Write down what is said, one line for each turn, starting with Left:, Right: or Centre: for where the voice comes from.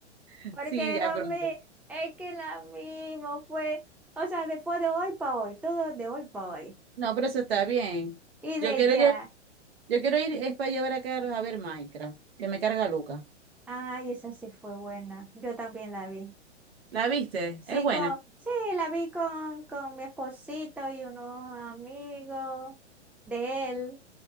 Right: <laughs>
Centre: Porque
Right: Sí,
Centre: lo
Right: ya pronto.
Centre: mi- es que lo mismo fue, o sea, después de hoy para hoy, todo de hoy para hoy.
Right: No, pero eso está bien.
Centre: Y
Right: Yo
Centre: de
Right: quiero,
Centre: ya,
Right: lle- yo quiero ir, es para llevar a Carlos a ver Minecraft, que me carga loca.
Centre: ay, esa sí fue buena, yo también la vi.
Right: ¿La viste?
Centre: Sí,
Right: Es buena.
Centre: con, sí, la vi con, con mi esposito y unos amigos de él